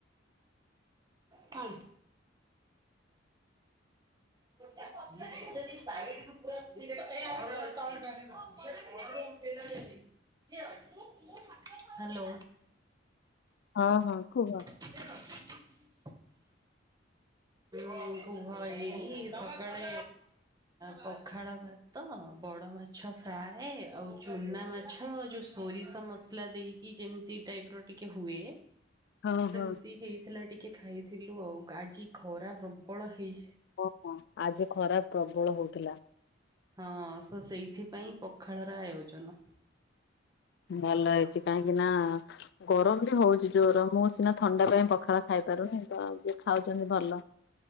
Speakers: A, on the right (about 20°); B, on the left (about 60°).
A: କଣ? <unintelligible> ହ୍ୟାଲୋ।
B: ହଁ ହଁ କୁହ।
A: <unintelligible>
B: <inaudible>
A: ଉଁ କୁହ ଏଇ ସକାଳେ ପଖାଳ ଭାତ ବଡ ମାଛ ଫ୍ରାଏ ଆଉ ଚୁନା ମାଛ ଯୋଉ ସୋରିଷ ମସଲା ଦେଇକି ଯେମିତି ଟାଇପ ର ଟିକେ ହୁଏ।
B: ହଁ
A: ସେମିତି
B: ହଁ।
A: ହେଇଥିଲା ଟିକେ ଖାଇଥିଲୁ ଆଉ ଆଜି ଖରା ପ୍ରବଳ ହେଇଛି।
B: ଓହୋ ଆଜି ଖରା ପ୍ରବଳ ହଉଥିଲା।
A: ହଁ ତ ସେଇଥିପାଇଁ ପଖାଳ ର ଆୟୋଜନ।
B: ଭଲ ହେଇଛି କାହିଁକି ନା ଗରମ ବି ହଉଛି ଜୋର ମୁଁ ସିନା ଥଣ୍ଡା ପାଇଁ ପଖାଳ ଖାଇ ପାରୁନି ତ ଯିଏ ଖାଉଛନ୍ତି ଭଲ।